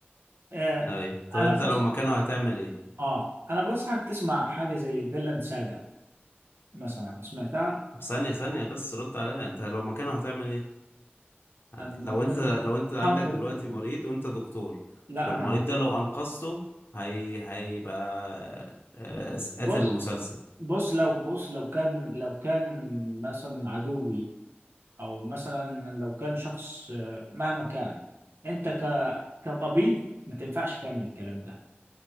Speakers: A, on the right; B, on the left.
A: آه
B: ايوه طب
A: انا
B: انت
A: بنصح
B: لو مكانه هتعمل ايه
A: اه انا بنصحك تسمع حاجه زي فيلاند ساجا مثلا سمعتها
B: طب ثانية ثانية بس رد عليا انت لو مكانه هتعمل ايه هت...
A: انا لما
B: لو
A: كان
B: انت لو انت عندك
A: هنقذ
B: دلوقتي
A: المدير
B: مريض وانت دكتور
A: لا
B: والمريض
A: انا هنقذ
B: ده لو انقذته هي... هيبقى آه،
A: بص
B: قاتل مسلسل
A: بص لو بص لو كان لو كان مثلا عدوي او مثلا لو كان شخص آه، مهما كان انت ك- كطبيب ما تنفعش تعمل الكلام ده